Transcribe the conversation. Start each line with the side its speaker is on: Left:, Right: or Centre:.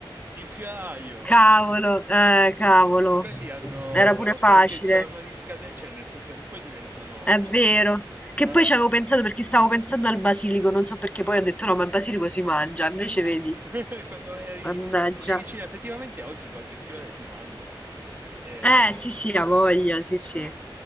Right: il fioraio.
Left: Cavolo, eh, cavolo.
Right: E quelli hanno
Left: Era pure facile.
Right: qualche giorno di scadenza, cioè nel senso che poi diventano...
Left: È vero. Che
Right: eh?
Left: poi ci avevo pensato perché stavo pensando al basilico, non so perché poi ho detto no, ma il basilico si mangia, invece vedi,
Right: <laughs> Quando eri
Left: mannaggia.
Right: lì vicino, effettivamente oggi qualche fiore si mangia. Eh,
Left: Eh, sì, sì, ha voglia, sì, sì.
Right: eh.